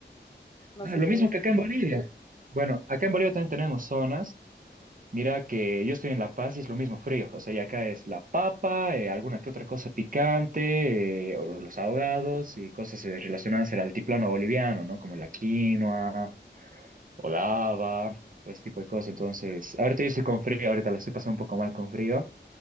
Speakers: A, on the left; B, on the right.
A: No
B: Ah,
A: sé
B: lo
A: si
B: mismo
A: es...
B: que acá en Bolivia. Bueno, acá en Bolivia también tenemos zonas. Mira que yo estoy en La Paz y es lo mismo frío. O sea, y acá es la papa, eh, alguna que otra cosa picante, eh, o los ahogados y cosas eh, relacionadas al altiplano boliviano, ¿no? Como la quinoa o lava, pues tipo de cosas. Entonces, ahorita yo estoy con frío, ahorita lo estoy pasando un poco mal con frío.